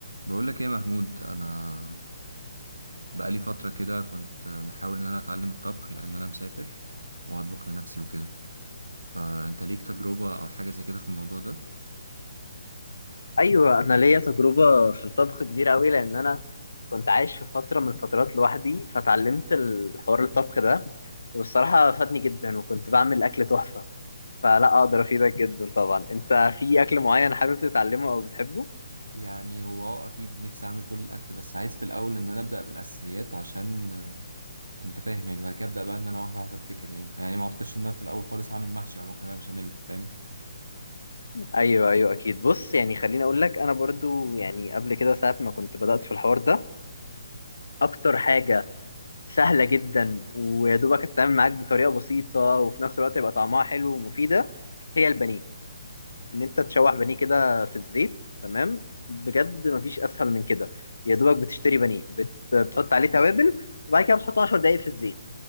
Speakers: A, on the right; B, on the left.
A: بقول لك ايه يا محمود انا بقالي فتره كده كنت بحاول ان انا اتعلم الطبخ لان انا مسافر وهطبخ لنفسي وكده فانت ليك تجربه او حاجه زي كده في الموضوع ده
B: ايوه انا ليا تجربه في الطبخ كبيره قوي لان انا كنت عايش في فتره من الفترات لوحدي فتعلمت الحوار الطبخ ده والصراحه فادني جدا وكنت بعمل اكل تحفه فلا اقدر افيدك جدا طبعا انت في اكل معين حابب تتعلمه او بتحبه
A: يعني هو اه اكيد نفسي اعمل كل الاكل بس عايز في الاول ان انا ابدا بالاساسيات عشان آه، انت فاهم يعني بعد كده ابدا بقى ان انا واحده واحده ابتكر يعني يعني ما اعتقدش ان انا في الاول خالص هعمل محشي او مكرونه بشاميل فاهم
B: ايوه ايوه اكيد بص يعني خليني اقول لك انا برضو يعني قبل كده ساعه ما كنت بدات في الحوار ده اكتر حاجه سهله جدا ويا دوبك تتعامل معاك بطريقه بسيطه وفي نفس الوقت يبقى طعمها حلو ومفيده هي البانيه ان انت تشوح بانيه كده في الزيت تمام بجد مفيش اسهل من كده يا دوبك بتشتري بانيه بت... بتحط عليه توابل وبعد كده بتحطه 10 دقايق في الزيت